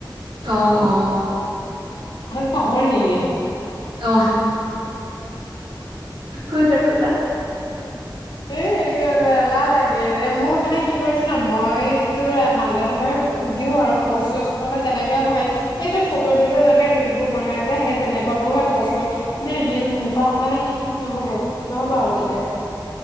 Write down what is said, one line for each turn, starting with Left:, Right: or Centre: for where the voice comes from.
Right: অ অ
Left: পাহৰি থাকিলি গে
Right: অ কৈজা কৈজা
Left: এ এইটো বাবে এলাহ লাগেৰে মোৰ মানে কি কৰে ত ন মই তোৰ মাজে সময়ে দিওঁ আৰু পষ্ট চচ কৰ মানে তেনেকে নহয় এইটো ফটো দি পেলে যেনেকে ৰিল বোৰ বনাই যে সেই তেনেকুৱাবোৰহে পষ্ট কৰো ন ৰিল মোৰ পৰা মানে নহবই নহব আৰু কেতিয়াও